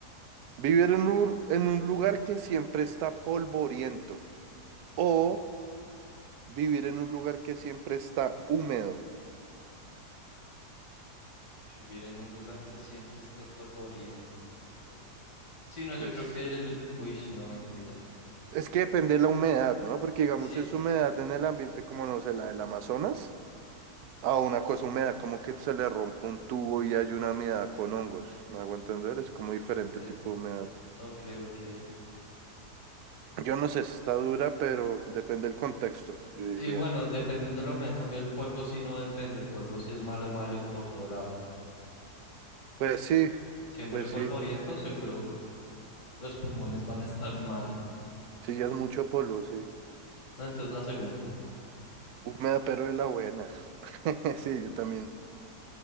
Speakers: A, on the right; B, on the left.
A: Vivir en un, en un lugar que siempre está polvoriento o vivir en un lugar que siempre está húmedo.
B: Vivir en un lugar que siempre esté polvoriento. Sí, no, yo
A: Pues
B: creo que el... Uy, no mentiras.
A: Es que depende de la humedad, ¿no? Porque digamos,
B: Sí.
A: si es humedad en el ambiente como, no sé, la del Amazonas, a una cosa húmeda como que se le rompe un tubo y hay una humedad con hongos, ¿me hago entender? Es como diferente
B: Ok,
A: tipo de humedad.
B: ok, ok.
A: Yo no sé si está dura, pero depende del contexto, yo diría.
B: Y bueno, dependiendo de la humedad, en cambio el polvo sí no depende. El polvo sí es malo, malo por todo lado.
A: Pues sí,
B: Siempre
A: pues
B: polvoriento,
A: sí,
B: seguro los pulmones van a estar <laughs> mal.
A: sí, ya es mucho polvo, sí.
B: No, entonces la segunda.
A: Húmeda, pero de la buena. <laughs> Sí, yo también.